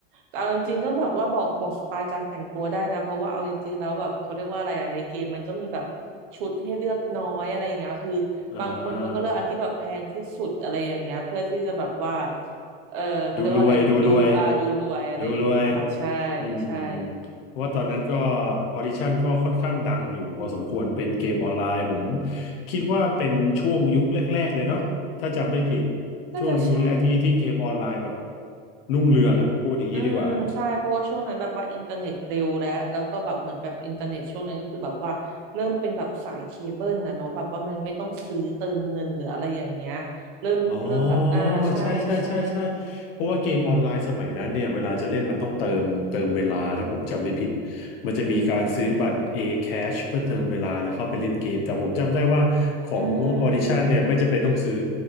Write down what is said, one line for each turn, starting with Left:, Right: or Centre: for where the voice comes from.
Right: เอาจริงๆก็แบบว่าบอกบอกสไตล์การแต่งตัวได้นะเพราะว่าเอาจริงๆแล้วแบบเขาเรียกว่าอะไรอะในเกมมันก็มีแบบชุดให้เลือกน้อยอะไรอย่างเงี้ยคือบางคนเขาก็เลือกอันที่แบบแพงที่สุดอะไรอย่างเงี้ยเพื่อที่จะแบบว่า
Left: อ่า
Right: เออเขาเรียกว่าอะไรดูอ่าดูรวยอะไรอย่างเงี้ยค่ะใช่
Left: ดูรวยดูรวยดูรวย อืม
Right: ใช่
Left: เพราะว่าตอนนั้นก็ออดิชั่นก็ค่อนข้างดังอยู่พอสมควรเป็นเกมออนไลน์ผมคิดว่าเป็นช่วงยุคแรกๆเลยเนาะถ้าจำไม่ผิด
Right: น่าจะใช่
Left: ช่วงยุคแรกที่ที่เกมออนไลน์แบบรุ่งเรืองอ่ะพูดอย่างนี้ดีกว่า
Right: อืมใช่เพราะว่าช่วงนั้นแบบว่าอินเทอร์เน็ตเร็วแล้วแล้วก็แบบเหมือนแบบอินเทอร์เน็ตช่วงนั้นก็คือแบบว่าเริ่มเป็นแบบสายเคเบิลนะเนาะแบบว่ามันไม่ต้องซื้อเติมเงินหรืออะไรอย่างเงี้ยเริ่มเริ่มแบบอ่าใช่ใช่
Left: อ๋อใช่ใช่ใช่ใช่เพราะว่าเกมออนไลน์สมัยนั้นเนี่ยเวลาจะเล่นมันต้องเติมเติมเวลาถ้าผมจำไม่ผิดมันจะมีการซื้อบัตร
Right: อืม
Left: A Cash เพื่อเติมเวลาแล้วเข้าไปเล่นเกมแต่ผมจำได้ว่าของ
Right: อืม
Left: Audition เนี่ยไม่จำเป็นต้องซื้อ